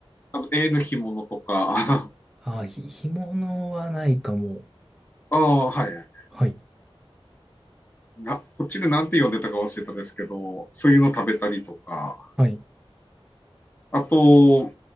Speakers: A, on the left; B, in the centre.
A: あの、エイの干物とか、
B: ああ、ひ、干物はないかも。
A: <laughs> ああ、はい。
B: はい。
A: な、こっちでなんて呼んでたか忘れたですけど、そういうの食べたりとか、
B: はい。
A: あと、